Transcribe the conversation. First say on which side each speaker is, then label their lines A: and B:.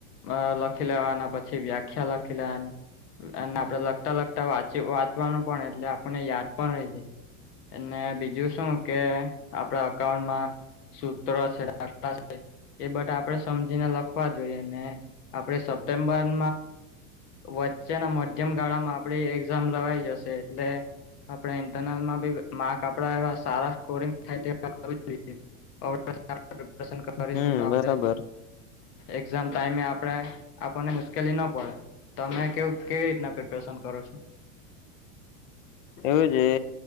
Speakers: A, on the left; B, on the left.
A: અ લખી લેવાના પછી વ્યાખ્યા લખી લેવાની અને આપડે લગતા લગતા વાંચ વાંચવાનું પણ એટલે આપને યાદ પણ રહી જાય અને બીજું શું કે આપણા અઉન્ટમાં સૂત્ર છે દાખલા છે એ બધા આપડે સમજ ને લખવા જોઈએ અનેને આપડે સપ્ટેમ્બરમાં વચ્ચેના મધ્યમ ગાળા માં આપડી એક્ઝામ લવાઈ જશે એટલે આપણે ઇન્ટરનલમાં બી મા કપડા એવા સારા સ્કોરિંગ થાય તે જોઈએ <unintelligible> સ પ્રોપ્રેશન કરતાં
B: હમ
A: રેશું તો આપણે
B: બરાબર
A: એક્ઝામ ટાઈમે આપડે આપણને મુશ્કેલી ના પડે તમે કે કેવી રીતના પ્રિપરેશન કરો છો
B: એવું જ એ